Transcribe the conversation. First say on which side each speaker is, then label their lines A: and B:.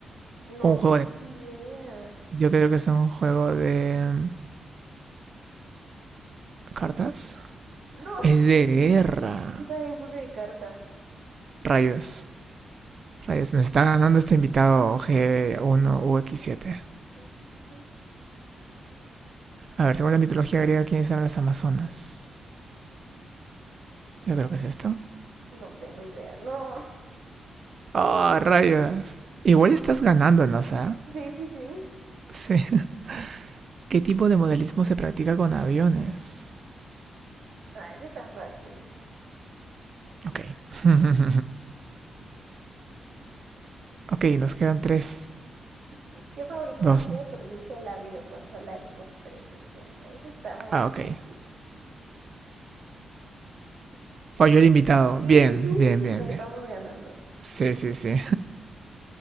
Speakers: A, on the right; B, on the right.
A: No
B: un juego
A: tengo
B: de...
A: idea.
B: Yo creo que es un juego de... mm, ¿Cartas?
A: No,
B: Es de guerra.
A: yo también puse de cartas.
B: Rayos. Rayos. Nos está ganando este invitado g 1 x 7
A: Sí, sí, sí.
B: A ver, según la mitología griega, ¿quiénes eran las Amazonas? Yo creo que es esto.
A: No tengo idea. No.
B: ¡Ah,
A: <laughs>
B: rayos! Igual estás ganándonos, ¿ah?
A: Sí, sí, sí.
B: Sí. <laughs> ¿Qué tipo de modelismo se practica con aviones?
A: Ah, eso está fácil.
B: Ok. <laughs> ok, nos quedan tres.
A: Sí, sí. ¿Qué fabricante
B: Dos.
A: produce la videoconsola Xbox trescientos sesenta? Eso está muy
B: Ah,
A: fácil.
B: ok. Falló el invitado.
A: Sí,
B: Bien,
A: sí, sí,
B: bien,
A: <laughs>
B: bien,
A: le
B: bien.
A: estamos ganando.
B: Sí, sí, sí.